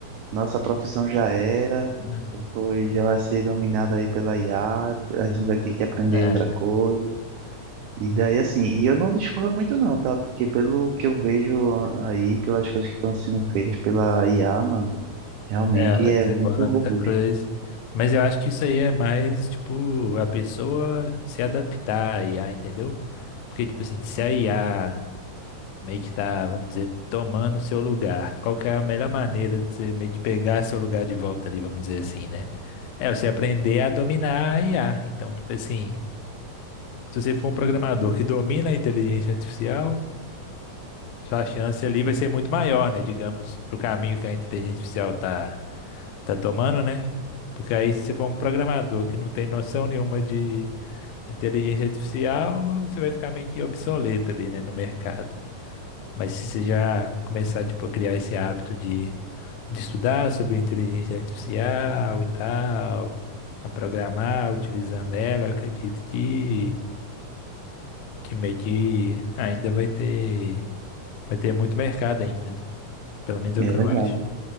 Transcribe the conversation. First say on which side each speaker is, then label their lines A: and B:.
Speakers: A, on the right (about 85°); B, on the left (about 85°).
A: Nossa profissão já era,
B: né?
A: foi, já vai ser dominada aí pela IA, a a gente vai ter que aprender
B: É,
A: outra coisa. E daí assim, e eu não discordo muito não, tá? Porque pelo que eu vejo aí, pelas coisas que estão sendo feitas pela IA, mano, realmente
B: é, ela
A: é
B: desembola
A: muito robusto.
B: muita coisa. Mas eu acho que isso aí é mais, tipo, a pessoa se adaptar à I a entendeu? Porque, tipo assim, se a IA meio que tá, vamos dizer, tomando seu lugar. Qual que é a melhor maneira de você meio que pegar seu lugar de volta ali, vamos dizer assim, né? É você aprender a dominar a IA. Então, tipo assim, se você for um programador que domina a inteligência artificial, sua chance ali vai ser muito maior, né? Digamos, pro caminho que a inteligência artificial tá, tá tomando, né? Porque aí, se você for um programador que não tem noção nenhuma de inteligência artificial, você vai ficar meio que obsoleto ali, né, no mercado. Mas se você já começar, tipo, a criar esse hábito de, de estudar sobre inteligência artificial e tal, a programar utilizando ela, eu acredito que, que meio que ainda vai ter, vai ter muito mercado ainda, né? Pelo menos é
A: É
B: o que
A: verdade.
B: eu acho.